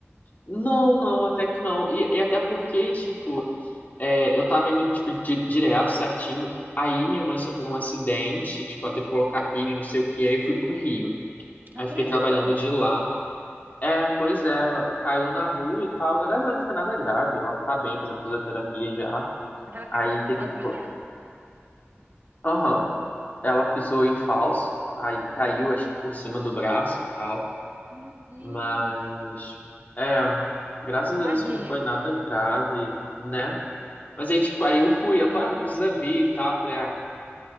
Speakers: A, on the left (about 40°); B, on the right (about 45°).
A: Não, não, até que não. E, e até porque, tipo, É, eu tava indo, tipo, di- direto, certinho. Aí minha mãe sofreu um acidente, tipo, ela teve que colocar pino e não sei o que, aí eu fui pro Rio.
B: Não
A: Aí
B: acredito!
A: fiquei trabalhando de lá. É, pois é, ela caiu na rua e tal. Graças a Deus não foi nada grave. Ela tá bem fazendo fisioterapia já.
B: Mas ela caiu
A: Aí
B: na rua
A: teve
B: sozinha?
A: que. co-
B: <gasps>
A: Aham. Ela pisou em falso. Aí
B: Ah,
A: caiu, acho que por cima do braço e tal.
B: meu Deus!
A: Mas. É. Graças a
B: Tadinha.
A: Deus, assim, não foi nada grave, né? Mas aí, tipo, aí eu fui. Ela falou, ah, não precisa vir e tal. Eu falei, ah,